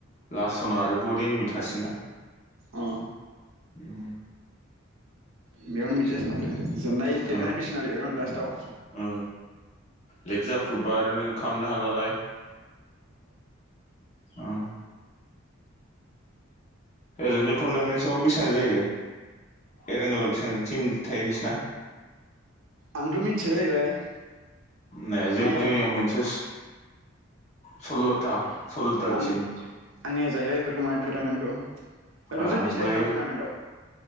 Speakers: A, on the left; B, on the right.
A: लास्ट सना आरो बड एनिमिट थासिगोना
B: अ
A: उम
B: बेयावनो बिदि जासिनो आरो जेननाय देरनाय
A: ओ
B: फैसिगोन आरो बे लास्टआव।
A: ओ लेग जाख्रुबबा आरो नों खालामनो हालालाय ओ ओरैनो टुरनामेन्टसआव बेसेबां जायो एरेंगलाव बेसेबां टिम थायो नोंसिना?
B: आंथ' मिथिया जाहैबाय। <inaudible>
A: नाय जों
B: नाया
A: जोंनियाव मोनसे सल्ल'था सल्ल'था
B: आं
A: टिम ओ
B: आंनिया जाहैबाय इफोरखौ माने टुटामेन्टखौ ओ
A: ओमफ्राय
B: दजौ फिस लायो नामा टुनामेन्टाव